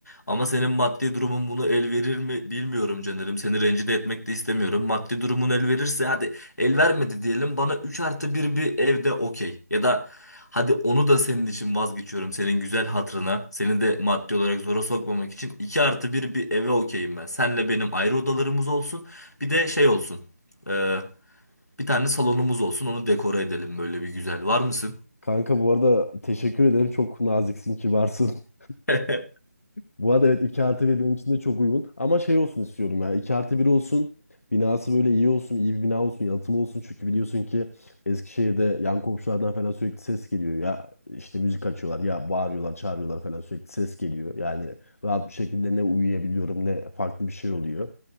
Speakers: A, on the left; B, on the left.
A: Ama senin maddi durumun bunu el verir mi bilmiyorum canlarım. Seni rencide etmek de istemiyorum. Maddi durumun el verirse hadi El vermedi diyelim bana 3 artı bir bir evde okey. Ya da hadi onu da senin için vazgeçiyorum senin güzel hatırına. Seni de maddi olarak zora sokmamak için 2 artı bir bir eve okeyim ben. Senle benim ayrı odalarımız olsun. Bir de şey olsun. e, bir tane salonumuz olsun onu dekore edelim böyle bir güzel. Var mısın?
B: Kanka bu arada teşekkür ederim. Çok naziksin, kibarsın. <laughs>
A: <laughs>
B: Bu arada evet 2 artı bir benim için de çok uygun. Ama şey olsun istiyorum ya. iki artı bir olsun. Binası böyle iyi olsun. iyi bir bina olsun. Yalıtımı olsun. Çünkü biliyorsun ki Eskişehir'de yan komşulardan falan sürekli ses geliyor. Ya işte müzik açıyorlar. Ya bağırıyorlar, çağırıyorlar falan sürekli ses geliyor. Yani rahat bir şekilde ne uyuyabiliyorum ne farklı bir şey oluyor.